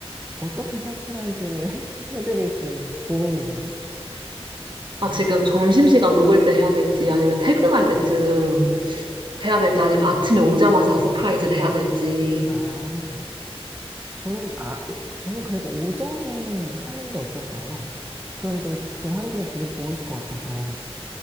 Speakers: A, on the right; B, on the right.
A: 어떻게 서프라이즈를 <laughs> 해드릴지 고민이네요.
B: 아, 지금 점심시간 먹을 때 해야 될지, 아니면 퇴근할 때쯤 해야 될지, 아니면 아침에 오자마자 서프라이즈를 해야 될지.
A: 아, 저는 아 그- 저는 그래도 오전에 하는 게 어떨까요? 그럼 좀 좀 하루 종일 기분 좋으실 것 같아서.